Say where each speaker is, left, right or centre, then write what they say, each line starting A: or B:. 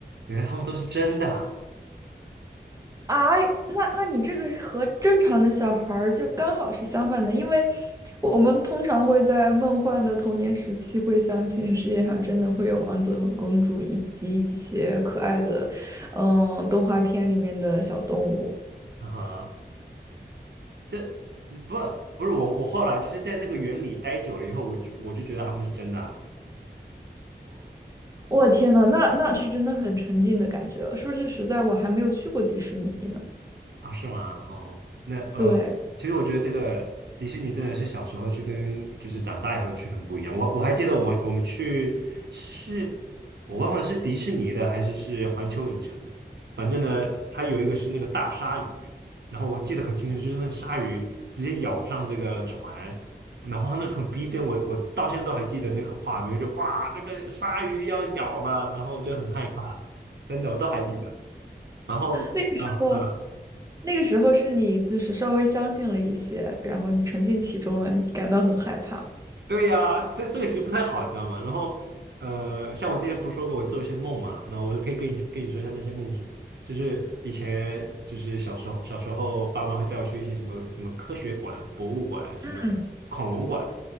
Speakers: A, on the right (about 75°); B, on the right (about 20°).
A: 原来他们都是真的
B: 啊，那那你这个和正常的小孩儿就刚好是相反的，因为我们通常会在梦幻的童年时期会相信世界上真的会有王子和公主，以及一些可爱的，嗯，动画片里面的小动物。
A: 啊！哈，这不不是我，我后来就是在那个园里待久了以后，我就我就觉得他们是真的啊
B: 我天呐，那那是真的很沉浸的感觉。说句实在，我还没有去过迪士尼呢。
A: 啊，是吗？哦，那呃，
B: 对，
A: 其实我觉得这个迪士尼真的是小时候去跟就是长大以后去很不一样。我我还记得我们我们去是，我忘了是迪士尼的还是是环球影城的，反正呢，它有一个是那个大鲨鱼，然后我记得很清楚，就是那个鲨鱼直接咬上这个船，然后那个很逼真，我我到现在都还记得那个画面，就哇，这个鲨鱼要咬了，然后就很害怕，真的我都还记得。然后，
B: 那个时候，
A: 然后，嗯。
B: 那个时候是你就是稍微相信了一些，然后你沉浸其中了，你感到很害怕。
A: 对呀、这这个其实不太好，你知道吗？然后，呃，像我之前不是说过我做一些梦嘛，那我就可以跟你跟你说一下那些梦是什么。就是以前就是小时候小时候，爸妈会带我去一些什么什么科学馆、博物馆、什么恐龙馆，
B: 嗯